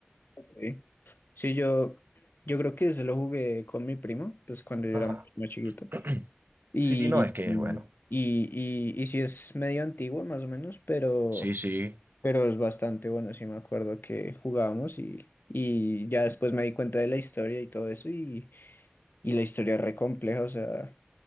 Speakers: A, on the left; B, on the right.
A: ok. Sí, yo, yo creo que se lo jugué con mi primo, pues cuando yo
B: Ajá.
A: era mucho más chiquito.
B: <clears throat>
A: Y,
B: Sí, no, es que,
A: y,
B: es bueno,
A: y, y sí es medio antiguo, más o menos, pero,
B: sí, sí,
A: pero es bastante bueno. Sí me acuerdo que jugábamos y, y ya después me di cuenta de la historia y todo eso. Y, y la historia es re compleja, o sea,